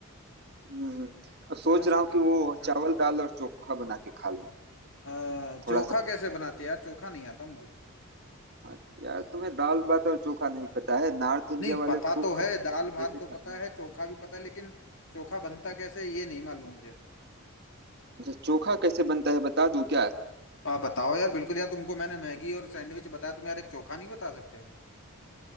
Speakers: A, on the right (about 45°); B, on the left (about 55°).
A: हम्म अब सोच
B: Non
A: रहा
B: stick
A: हूँ कि वो
B: हाँ
A: चावल दाल और चोखा बना के खा लूँ
B: अ,
A: थोड़ा
B: चोखा
A: सा
B: कैसे बनाते हैं यार चोखा नहीं आता मुझे
A: हाँ, यार तुम्हें दाल भात और चोखा नहीं पता है नॉर्थ इंडिया
B: नहीं
A: वाले
B: पता
A: खूब
B: तो है
A: खाते
B: दाल
A: हैं
B: भात
A: मजे से
B: तो
A: खाते
B: पता
A: हैं
B: है चोखा भी पता है लेकिन चोखा बनता कैसे है, ये नहीं मालूम मुझे
A: अच्छा चोखा कैसे बनता है बता दूं क्या
B: आप बताओ यार बिल्कुल यार तुमको मैंने मैगी और सैंडविच बताया तुम यार एक चोखा नहीं बता सकते हो